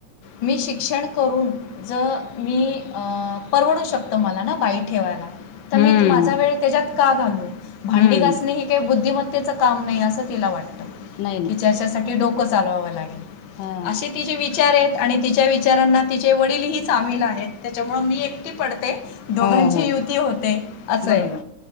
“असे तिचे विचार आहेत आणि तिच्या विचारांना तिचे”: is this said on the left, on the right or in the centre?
Left